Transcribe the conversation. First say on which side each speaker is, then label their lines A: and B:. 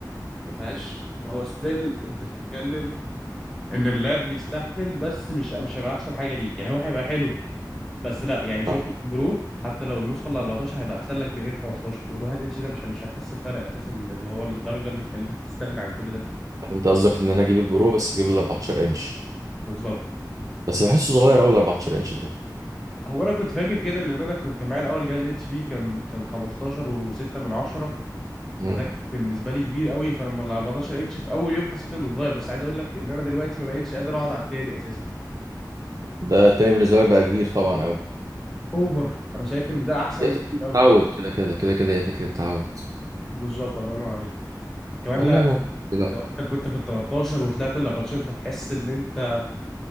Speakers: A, in the centre; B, on the right.
A: ما فيهاش ما هو ستيل انت بتتكلم ان اللاب بيستحمل بس مش مش هيبقى احسن حاجه ليك يعني هو هيبقى حلو بس لا يعني شوف
B: آه.
A: لك برو حتى لو النسخه ال 14 هيبقى احسن لك من ال 15 والواحد انش ده مش مش هتحس بفرق اساسا اللي هو للدرجه اللي يخليك تستغنى عن كل ده
B: يعني انت قصدك ان انا اجيب البرو بس اجيب ال 14 انش
A: بالظبط
B: بس بحسه صغير قوي ال 14 انش ده
A: هو انا كنت فاكر كده لان انا كنت كان معايا الاول جهاز اتش بي كان كان 15 و6 من 10
B: مم.
A: فده كان بالنسبه لي كبير قوي فلما ال 14 انش في اول يوم حسيت انه اتغير بس عايز اقول لك ان انا دلوقتي ما بقتش قادر اقعد على التاني اساسا
B: ده تاني بالنسبه لك بقى كبير طبعا قوي
A: اوفر انا شايف ان ده احسن
B: هي
A: بكتير
B: فكرة
A: قوي
B: تعود كده كده كده كده هي فكره تعود
A: بالظبط الله ينور عليك كمان
B: والله
A: لا
B: ما <laughs> لا
A: لو انت كنت في ال 13 وطلعت ال 14 انت هتحس ان انت